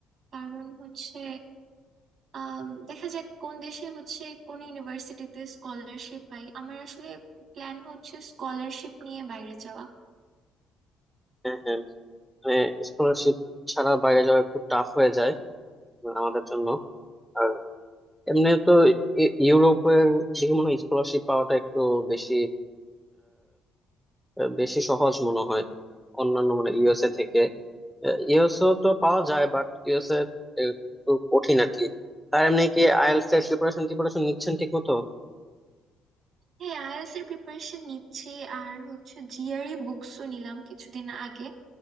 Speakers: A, on the right; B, in the centre.
A: কারণ হচ্ছে আম, দেখা যাক কোন দেশে হচ্ছে কোন ইউনিভার্সিটিতে স্কলারশিপ পাই আমার আসলে প্ল্যান হচ্ছে স্কলারশিপ নিয়ে বাইরে যাওয়া
B: হ্যাঁ হ্যাঁ মানে স্কলারশিপ ছাড়া বাইরে যাওয়া একটু টাফ হয়ে যায় আমাদের জন্য আর এমনি তো ই- ইউরোপের দিকে মনে হয় স্কলারশিপ পাওয়াটা একটু বেশি আহ, বেশি সহজ মনে হয় অন্যান্য মানে ইউএসএ থেকে ইউএসও তো পাওয়া যায় বাট ইউএসএ একটু কঠিন আর কি তার এমনি কি আইএলটিএস এর প্রিপারেশন প্রিপারেশন নিচ্ছেন ঠিক মতো
A: হ্যাঁ আইএলটিএস এর প্রিপারেশন নিচ্ছি আর হচ্ছে জিআরই বুকসও নিলাম কিছুদিন আগে